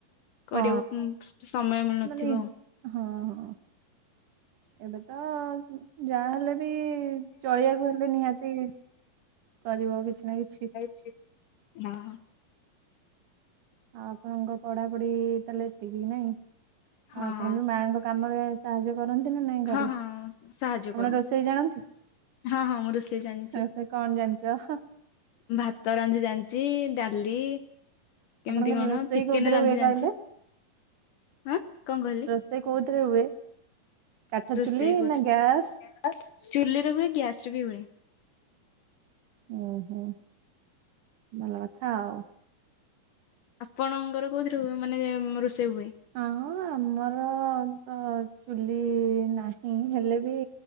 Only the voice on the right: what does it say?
ହଁ
ମାନେ
ହଁ, ହଁ ଏବେ ତ ଯାହାହଲେ ବି ଚଳିବାକୁ ହେଲେ ନିହାତି କରିବ କିଛି ନା କିଛି
ଆଉ ଆପଣଙ୍କ ପଢାପଢି ତାହେଲେ ଏତିକି ନାହିଁ ଆଉ
ଆପଣ
ବି ମାଙ୍କ କାମରେ ଆଶି ସାହାଯ୍ୟ କରନ୍ତି ନା ନାଇଁ
ଘରେ
ଆପଣ
ରୋଷେଇ ଜାଣନ୍ତି।
ରୋଷେଇ କଣ ଜାଣିଛ ହ
ଆପଣଙ୍କର
ରୋଷେଇ
କୋଉଥିରେ
ହୁଏ
କହିଲେ?
ରୋଷେଇ କୋଉଥିରେ ହୁଏ? କାଠ
ଚୁଲି
ନା ଗ୍ୟାସ୍?
ଉ, ହୁଁ ଭଲ କଥା ଆଉ।
ଆମ ଆମର ତ ଚୁଲି ନାହିଁ। ହେଲେ ବି